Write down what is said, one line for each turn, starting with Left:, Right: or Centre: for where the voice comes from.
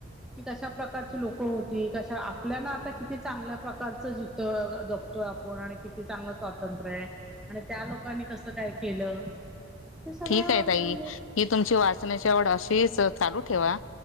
Centre: की कशा प्रकारची लोक होती कशा आपल्याना किती चांगल्या प्रकारच जिथ जपतोय आपण आणि किती चांगलं स्वातंत्र्य आहे. आणि त्या लोकांनी कसं काय केलं. हे सगळं
Left: ठीक आहे ताई
Centre: म्हणजे
Left: ही तुमची वाचनाची आवढ अशीच चालू ठेवा